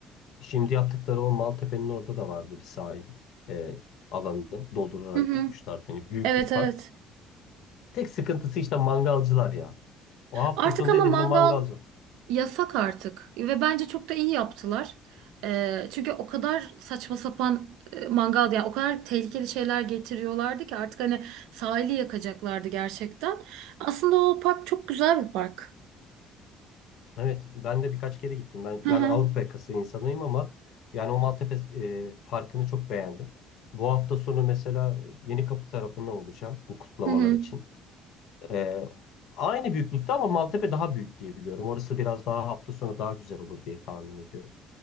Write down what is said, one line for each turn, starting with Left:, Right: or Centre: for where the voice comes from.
Left: Şimdi yaptıkları o Maltepe'nin orada da vardı bir sahil e, alanını doldurarak
Right: Hı hı.
Left: yapmışlardı. Yani büyük
Right: Evet
Left: bir park.
Right: evet.
Left: Tek sıkıntısı işte mangalcılar ya. O hafta
Right: Artık
Left: sonu
Right: ama
Left: dedim
Right: mangal
Left: mi mangalcı.
Right: yasak artık ve bence çok da iyi yaptılar. Ee, çünkü o kadar saçma sapan e, mangal yani o kadar tehlikeli şeyler getiriyorlardı ki artık hani sahili yakacaklardı gerçekten. Aslında o park çok güzel bir park.
Left: Evet, ben de birkaç kere gittim. Ben
Right: Hı hı.
Left: ben Avrupa yakası insanıyım ama yani o Maltepe e, Parkı'nı çok beğendim. Bu hafta sonu mesela Yenikapı tarafında olacağım bu kutlamalar
Right: Hı hı.
Left: için. E, aynı büyüklükte ama Maltepe daha büyük diye biliyorum. Orası biraz daha hafta sonu daha güzel olur diye tahmin ediyorum.